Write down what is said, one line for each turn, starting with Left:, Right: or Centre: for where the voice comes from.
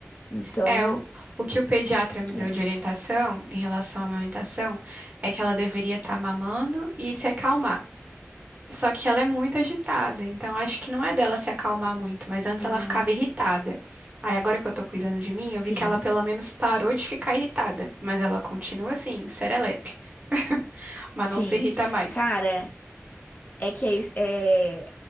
Left: Então,
Right: É, o, o que o pediatra me
Left: é,
Right: deu de orientação em relação à amamentação é que ela deveria estar mamando e se acalmar. Só que ela é muito agitada, então acho que não é dela se acalmar muito, mas antes
Left: Ah,
Right: ela ficava irritada. Aí agora que eu tô cuidando de mim,
Left: sim,
Right: eu vi que ela pelo menos parou de ficar irritada, mas ela continua assim, serelepe, <laughs> mas
Left: sim.
Right: não se irrita mais.
Left: Cara. É que é, é,